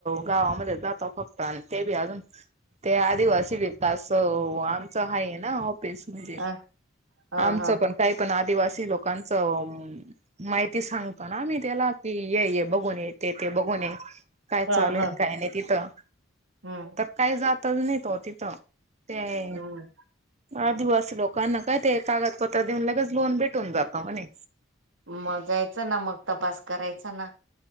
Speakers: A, on the right; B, on the right.
A: गावामध्ये जातो फक्त. आणि ते बी अजून ते आदिवासी व असं आमचं हा आहे ना तेच म्हणज
B: अ ह
A: आमच
B: ह
A: पण. काही पण आदिवासी लोकांचं माहिती सांगतो ना आमही त्याला की ये ये बघ बघून ते ते बघून काय चालू
B: हा हा
A: आहे काय नाही तिथं
B: हम्म
A: तर काही जातच नाही त तिथं ते
B: हम्म
A: आदिवासी लोकांना. काय ते कागदपत्र देऊन लगेच लोन भेटून जात म्हणे.
B: मग जायचं ना मग तपास करायचा ना.